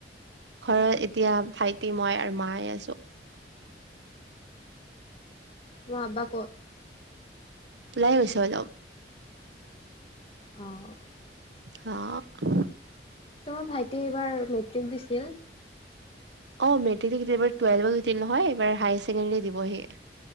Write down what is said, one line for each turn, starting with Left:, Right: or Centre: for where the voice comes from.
Right: ঘৰত এতিয়া ভাইটি, মই আৰু মায়ে আছো।
Left: তোমাৰ আব্বা ক'ত?
Right: ওলাই গৈছে অলপ।
Left: অ'।
Right: হা <unintelligible>
Left: তোমাৰ ভাইতি ভাইটিয়ে এইবাৰ মেট্ৰিক দিছিল।
Right: অ' মেট্ৰিক দি কেতিয়াবা <inaudible> নহয় এইবাৰ হায়াৰ ছেকেণ্ডাৰী দিব সি